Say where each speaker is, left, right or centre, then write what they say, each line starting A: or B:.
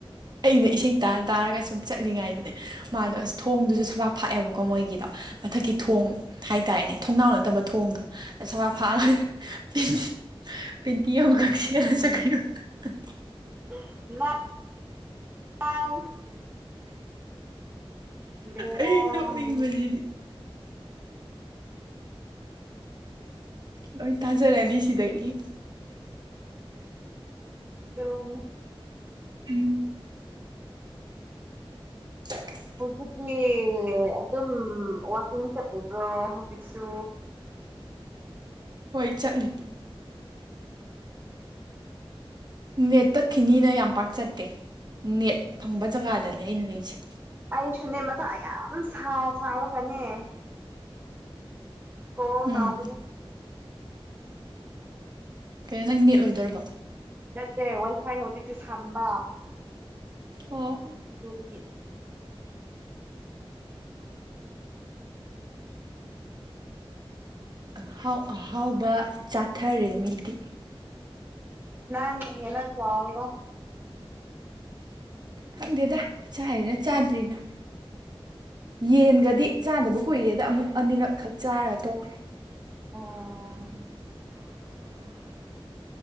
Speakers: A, on the right; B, on the right.
A: ꯑꯩꯅ ꯏꯁꯩ ꯇꯥ ꯇꯥꯔꯒ ꯁꯨꯝ ꯆꯠꯂꯤꯉꯥꯏꯗꯅꯦ ꯃꯥꯗꯣ ꯑꯁ ꯊꯣꯡꯗꯨꯁꯨ ꯁꯕꯥꯛ ꯐꯥꯛꯑꯦꯕꯀꯣ ꯃꯣꯏꯒꯤꯗꯣ ꯃꯊꯛꯀꯤ
B: ꯎꯝ
A: ꯊꯣꯡ ꯍꯥꯏꯇꯥꯔꯦꯅꯦ ꯊꯣꯡꯅꯥꯎ ꯅꯠꯇꯕ ꯊꯣꯡꯗꯣ ꯁꯕꯥꯛ ꯐꯥꯛꯑꯒ ꯄꯦꯟꯇꯤ ꯑꯃꯥꯈꯛ ꯁꯦꯠꯂꯥ ꯆꯠꯈꯔ꯭ꯤꯕꯥ <inaudible>
B: <unintelligible> ꯕꯦꯔꯥꯅꯤ
A: ꯑꯩ ꯅꯣꯛꯅꯤꯡꯕꯖꯤꯗꯤ ꯂꯣꯏ ꯇꯥꯖꯔꯅꯤ ꯁꯤꯗꯩꯗꯤ
B: ꯑꯗꯨ <unintelligible>
A: ꯎꯝ ꯊ <unintelligible>
B: ꯍꯧꯖꯤꯛꯇꯤ <unintelligible> ꯑꯗꯨꯝ ꯋꯥꯀꯤꯡ ꯆꯠꯂꯨꯕ꯭ꯔꯣ ꯍꯧꯖꯤꯛꯁꯨ
A: ꯍꯣꯏ ꯆꯠꯂꯤ ꯅꯦꯠ ꯇꯠꯈꯤꯅꯤꯅ ꯌꯥꯝ ꯄꯥꯛ ꯆꯠꯇꯦ ꯅꯦꯠ ꯐꯪꯕ ꯖꯒꯥꯗꯅꯦ ꯑꯩꯅ ꯂꯩꯁꯦ
B: ꯑꯩꯁꯨꯅꯦ ꯃꯊꯥ ꯌꯥꯝ ꯁꯥ ꯁꯥꯔꯒꯅꯦ ꯀꯣꯜ
A: ꯎꯝ
B: ꯇꯥꯎꯕꯅꯤ
A: ꯀꯩꯅꯣ ꯅꯪ ꯅꯦꯠ ꯂꯣꯏꯗꯣꯔꯕꯣ
B: ꯅꯠꯇꯦ ꯋꯥꯏꯐꯥꯏ ꯍꯧꯖꯤꯛꯁꯨ ꯁꯝꯕ
A: ꯑꯣ
B: ꯇꯨꯒꯤꯅꯤ
A: ꯑꯍꯥꯎ ꯑꯍꯥꯎꯕ ꯆꯥꯊꯔꯦ ꯃꯤꯗꯤ
B: ꯅꯪ ꯍꯦꯟꯅ ꯆꯥꯎꯕꯥ
A: ꯈꯪꯗꯦꯗ ꯆꯥꯏꯔ ꯆꯥꯗ꯭ꯔꯤꯔ ꯌꯦꯟꯒꯗꯤ ꯆꯥꯗꯕ ꯀꯨꯏꯔꯦꯗ ꯑꯃꯨꯛ ꯑꯅꯤꯔꯛꯈꯛ ꯆꯥꯔꯒ ꯇꯣꯛꯈ꯭ꯔꯦ
B: ꯑꯣ